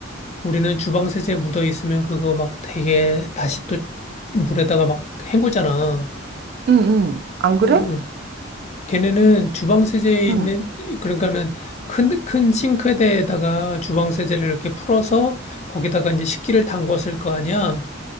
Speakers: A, on the left; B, on the right.
A: 우리는 주방 세제 묻어 있으면 그거 막 되게 다시 또 물에다가 막 헹구잖아.
B: 응, 응. 안 그래?
A: 응, 응. 걔네는 주방 세제에
B: 응,
A: 있는, 그러니까는 큰, 큰 싱크대에다가 주방 세제를 이렇게 풀어서 거기다가 이제 식기를 담궜을 거 아니야.